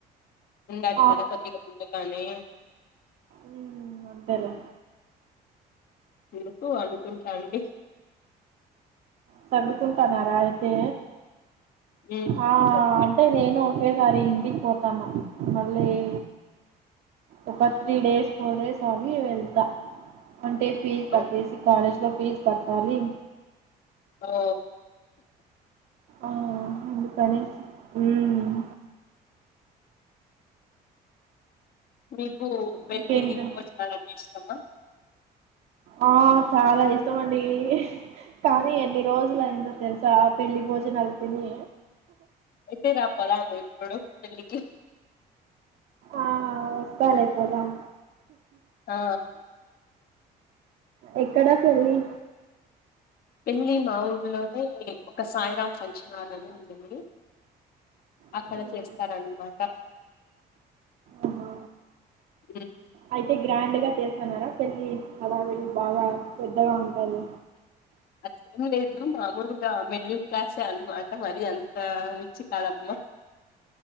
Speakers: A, on the left; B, on the right.
A: ఉండాలి
B: ఆ,
A: కదా కొద్దిగా ముందుగానే
B: మ్మ్, అంతేలే
A: ఎందుకు అనుకుంటాండి
B: సర్దుకుంటన్నారా అయితే
A: ఉమ్
B: ఆ
A: సర్ది పెట్టుకుంటాను
B: అంటే నేను ఒకేసారి ఇంటికి పోతాను మళ్ళ ఎ ఒక త్రీ డేస్ ఫోర్ డేస్ ఆగి వెళ్తా అంటే ఫీజు
A: అవును
B: కట్టేసి కాలేజ్ లో ఫీజు కట్టాలి
A: హా
B: ఆ అందుకనేసి ఉమ్
A: మీకు పెళ్ళిళ
B: ఇంకేంటి
A: భోజనాలు అంటే ఇష్టమా
B: ఆ చాలా ఇష్టమండి కానీ ఎన్ని రోజులు అయిందో తెలుసా పెళ్ళి భోజనాలు తిని
A: ఎయితే రా పోదాం ఇప్పుడు పెళ్ళికి
B: ఆ వస్తాలే పోదాం
A: ఆ
B: ఎక్కడ పెళ్ళి
A: పెళ్ళి మా ఊర్లోనే ఒక సాయిరాం ఫంక్షన్ హాల్ అని ఉంటుంది అక్కడ
B: అవునా?
A: చేస్తారన్నమాట
B: ఆహా
A: ఉమ్
B: అయితే గ్రాండ్ గా చేస్తున్నారా పెళ్ళి హడవిడి బాగా పెద్దగా ఉ అది
A: అ ఏం లేదు మామూలుగా మిడిల్ క్లాస్ ఎ అన్నమాట మరి అంత రిచ్ కాదమ్మా